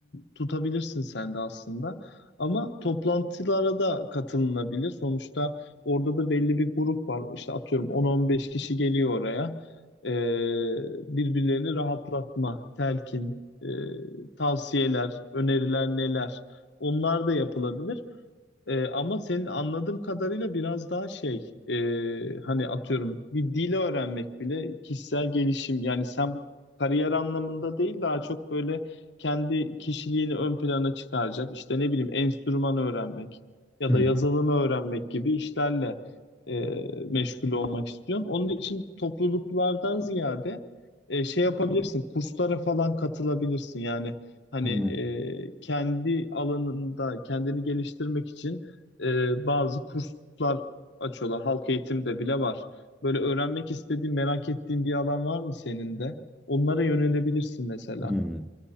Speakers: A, on the left; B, in the centre.
A: tutabilirsin sen de aslında. Ama toplantılara da katılınabilir. Sonuçta orada da belli bir grup var. İşte atıyorum 10-15 kişi geliyor oraya. Ee, birbirlerini rahatlatma, telkin, e, tavsiyeler, öneriler neler? Onlar da yapılabilir. Ee, ama senin anladığım kadarıyla biraz daha şey e, hani atıyorum bir dil öğrenmek bile kişisel gelişim yani sen kariyer anlamında değil daha çok böyle kendi kişiliğini ön plana çıkaracak işte ne bileyim enstrüman öğrenmek ya
B: Hı
A: da yazılımı öğrenmek gibi işlerle e, meşgul olmak istiyorsun. Onun için topluluklardan ziyade e, şey yapabilirsin kurslara falan katılabilirsin yani Hani
B: hı.
A: e, kendi alanında kendini geliştirmek için e, bazı kurslar açıyorlar. Halk eğitimde bile var. Böyle öğrenmek istediğin, merak ettiğin bir alan var mı senin de? Onlara yönelebilirsin mesela.
B: Hı hı.